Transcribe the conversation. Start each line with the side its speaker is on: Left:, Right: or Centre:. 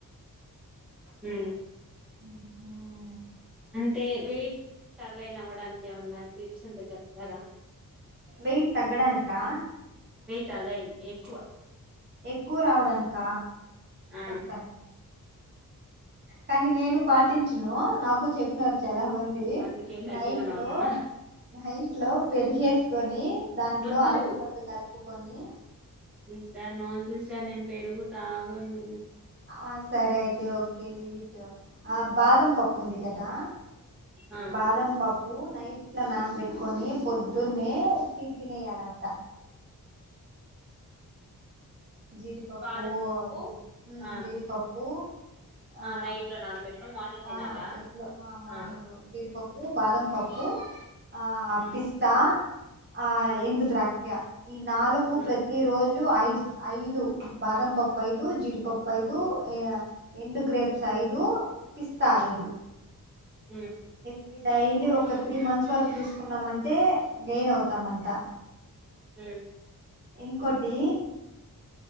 Centre: హ
Right: ఉ
Centre: తె వెయిట్ తగయిన్ అవ్వడానికి ఏమన్నా ట్రిప్స్ ఉంటె చెప్పరా
Right: వెయిట్ తగ్గడానికా
Centre: తగయింద్ ఎక్కువ
Right: ఎక్కువ రావడానిక
Centre: ఆ
Right: చెప్తాను కానీ నేను పాటించను నాకు చె చెప్పినారు చాలా మంది
Centre: అందుకే గట్టిగా
Right: నైట్
Centre: నవ్వుతున్నా
Right: లో నైట్ ఇంట్లో పెరుగు ఎసుకొని దాంట్లో
Centre: వద్దు
Right: అరటి పండు కలుపు కొన్ని
Centre: సిస్టర్ నో సిస్టర్ నేను పెరుగు తాగను
Right: ఆ సరే అయితె ఓకె లీవిట్ ఆ బాదం పప్పు ఉంది కదా
Centre: ఆ
Right: బాదం పప్ ప్పు నైట్ల నాన్ పెట్ ట్టుకొని పొద్దున్నే తీసి తినేయాలంట జీడిపప్పు
Centre: బాదం పప్పు
Right: అది
Centre: ఆ
Right: జీడిపప్పు ఆ
Centre: నైట్ లో నానబెట్టుకొని మార్నింగ్ తినాలా
Right: ఆ నైట్ లో మార్నింగ్
Centre: ఆ
Right: జీడిపప్పు బాదం పప్పు కు ఆ
Centre: ఉమ్
Right: పిస్తా ఆ
Centre: ఉమ్
Right: ఎండు ద్రాక్ష ఈ నాలుగు
Centre: ఉమ్
Right: ప్రతి రోజు ఐదు ఐదు బాదం పప్పు ఐదు జిడిపప్పు ఐదు ఎండు గ్రేప్స్ ఐదు పిస్తా ఐదు
Centre: ఉ
Right: ఇవి డైలి ఒక త్రీ మంత్స్ వరకు తీసుకున్నామంటే గెయిన్ అవుతాం అంట
Centre: హుమ్
Right: ఇంకోటి